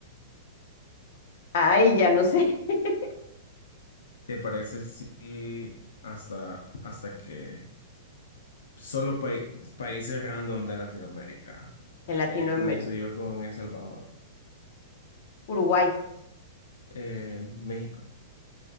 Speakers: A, on the left; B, on the left.
A: Ay, ya no sé. <laughs>
B: ¿Te parece si hasta, hasta que Solo pai- países random de Latinoamérica.
A: En Latinoamérica.
B: Eh, comienzo yo con El Salvador,
A: Uruguay,
B: eh, México,